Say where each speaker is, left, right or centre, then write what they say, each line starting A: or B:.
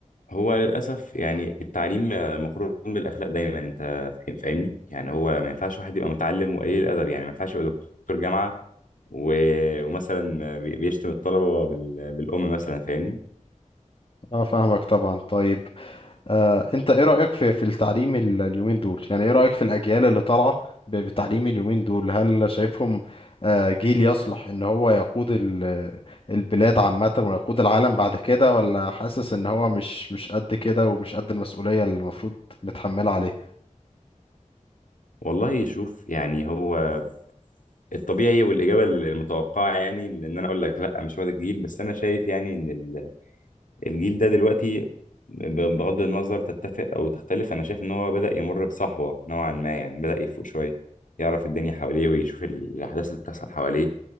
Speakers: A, on the left (about 85°); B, on the left (about 45°).
A: هو للاسف يعني التعليم آه، مقرون بالاخلاق دايما انت فاهم- فاهمني يعني هو ما ينفعش واحد يبقى متعلم وقليل الادب يعني ما ينفعش يبقى دكتور جامعة و- ومثلا بي- بيشتم الطلبة بال- بالأم مثلا فاهمني
B: اه فاهمك طبعا طيب آه، انت ايه رأيك في في التعليم ال- اليومين دول يعني ايه رأيك في الأجيال اللي طالعة ب- بتعليم اليومين دول هل شايفهم آه، جيل يصلح ان هو يقود ال- البلاد عامة ويقود العالم بعد كده ولا حاسس ان هو مش مش قد كده ومش قد المسؤولية اللي المفروض متحملة عليه
A: والله يشوف يعني هو الطبيعي والإجابة المتوقعة يعني إن أنا أقول لك لأ مش هو ده الجيل بس أنا شايف يعني إن ال- الجيل ده دلوقتي ب- بغض النظر تتفق أو تختلف أنا شايف إن هو بدأ يمر بصحوة نوعا ما يعني بدأ يفوق شوية يعرف الدنيا حواليه ويشوف الأحداث اللي بتحصل حواليه